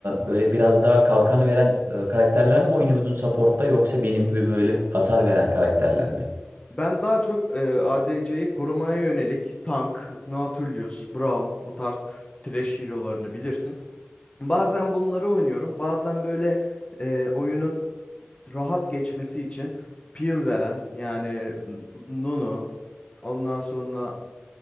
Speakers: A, on the right; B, on the left.
A: Böyle biraz daha kalkan veren e, karakterler mi oynuyordun support'ta yoksa benim gibi böyle hasar veren karakterler mi?
B: Ben daha çok eee ADC'yi korumaya yönelik tank, Nautilus, Braum bu tarz trash hero'larını bilirsin. Bazen bunları oynuyorum. Bazen böyle e, oyunun rahat geçmesi için peel veren yani Nunu ondan sonra